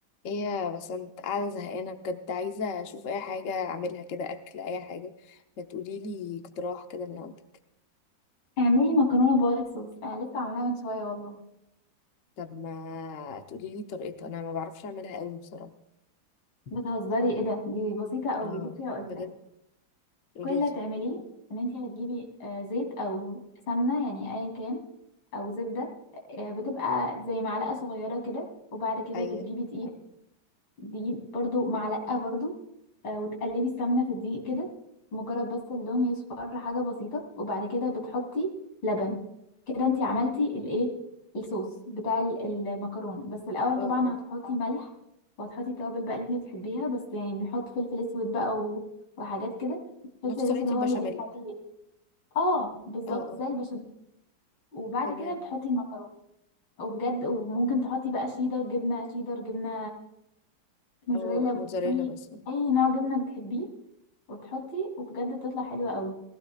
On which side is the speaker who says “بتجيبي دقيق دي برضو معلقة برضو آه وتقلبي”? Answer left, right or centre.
Left